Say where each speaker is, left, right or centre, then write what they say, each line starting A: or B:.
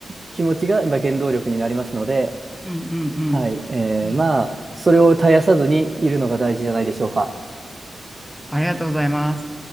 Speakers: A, on the right; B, in the centre.
A: 気持ちが、まあ、原動力になりますので、
B: うんうんうん。
A: はい。えーまあ、
B: はい。
A: それを絶やさずにいるのが大事じゃないでしょうか。
B: ありがとうございます。